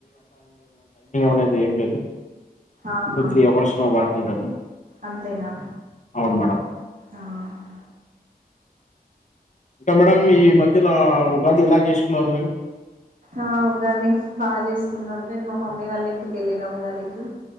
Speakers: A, on the left; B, on the right.
A: న్నది ఏం లేదు.
B: ఆహా
A: టూ త్రీ అవర్స్ నా వర్క్ ఉంటది.
B: అంతేనా
A: అవును మేడం
B: ఆహా.
A: ఇంకా మేడం ఈ మధ్యలా ఉగాది ఎలా చేసుకున్నారు మీరు?
B: ఆ ఉగాది బాగ చేసుకున్నాం, నేను మా మమ్మీ వాళ్ళ ఇంటికెళ్ళిన ఉగాదికి.